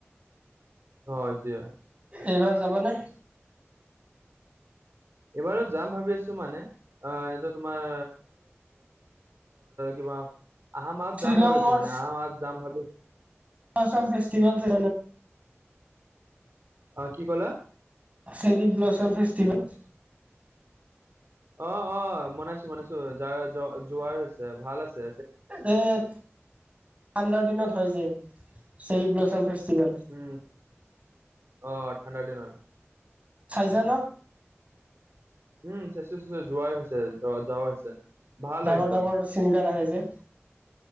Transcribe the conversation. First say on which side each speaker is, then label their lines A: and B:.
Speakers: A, on the right; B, on the right.
A: হয় এতিয়া।
B: এইবাৰ যাবা নে?
A: এইবাৰো যাম ভাবি আছো মানে, আহ', এ তোমাৰ কিবা, আহা মাহত
B: শ্বিলঙৰ
A: যাম ভাবি আছোঁ, মানে আহা মাহত যাম ভাবি আছোঁ।
B: আছাম ফেষ্টিভেল আছে।
A: অ', কি ক'লে?
B: চেৰি ব্লিচম ফেষ্টিভেল।
A: অ', - অ', মনাইছো-মনাইছো য- যোৱাই হৈছে ভাল আছে।
B: এই, আণ্ডাৰ দিনত হয় যে, চেৰী ব্লচাম ফেষ্টিভেল।
A: উম, অ', ঠাণ্ডাৰ দিনত।
B: চাইছা ন?
A: উম চাইছোঁ- চাইছোঁ যোৱাই হৈছে জ্ব -জ্বৰ হৈছে। ভাল
B: ডাঙৰ-ডাঙৰ
A: একদম
B: ছিংগাৰ আহে যে।